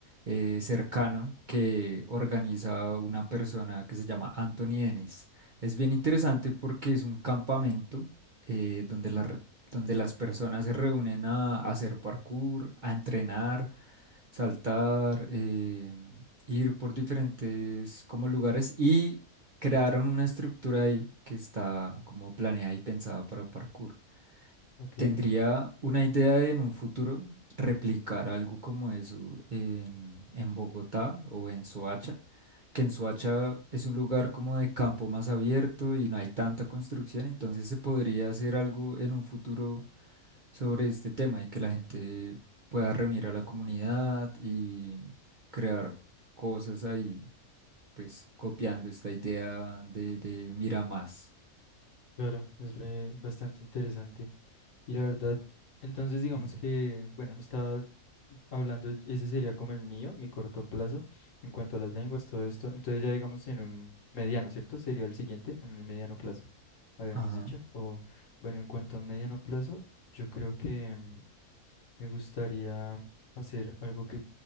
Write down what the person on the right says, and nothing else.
eh, cercano que organiza una persona que se llama Anthony Dennis. Es bien interesante porque es un campamento eh, donde la re- donde las personas se reúnen a hacer parkour, a entrenar saltar, eh, ir por diferentes como lugares y crearon una estructura ahí que está como planeada y pensada para parkour.
Tendría una idea de en un futuro replicar algo como eso en, en Bogotá o en Soacha, que en Soacha es un lugar como de campo más abierto y no hay tanta construcción, entonces se podría hacer algo en un futuro sobre este tema y que la gente pueda reunir a la comunidad y crear cosas ahí, pues copiando esta idea de, de mira más.
Ujú.
Ajá.